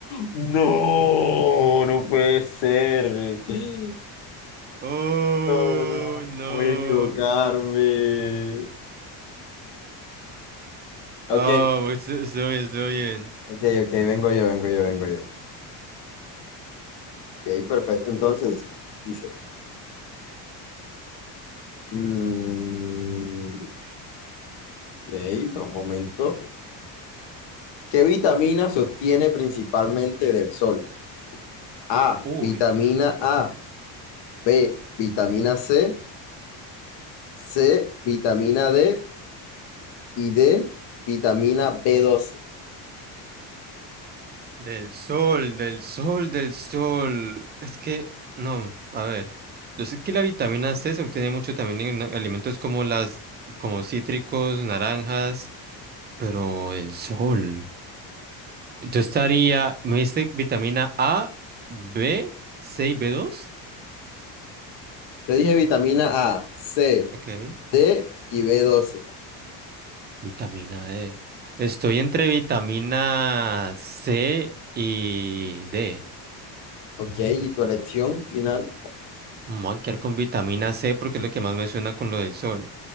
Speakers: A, on the left; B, on the right.
A: No, no puede ser. Sí,
B: Oh,
A: no, no, no
B: no.
A: voy a equivocarme. Ok,
B: Oh, estoy bien, estoy bien.
A: ok, ok, vengo yo, vengo yo, vengo yo. Y ahí perfecto, entonces dice, mm, ok, no, un momento. ¿Qué vitamina se obtiene principalmente del sol? A,
B: Uy.
A: vitamina A, B, vitamina C, C, vitamina D y D, vitamina b doce
B: Del sol, del sol, del sol. Es que, no, a ver. Yo sé que la vitamina C se obtiene mucho también en alimentos como las, como cítricos, naranjas, pero el sol. Yo estaría, me dice vitamina A, B, C y b dos
A: Te dije vitamina A, C,
B: Ok.
A: D y b doce
B: Vitamina D. Estoy entre vitamina C y D.
A: Ok, ¿y tu elección final?
B: Me Voy a quedar con vitamina C porque es lo que más me suena con lo del sol.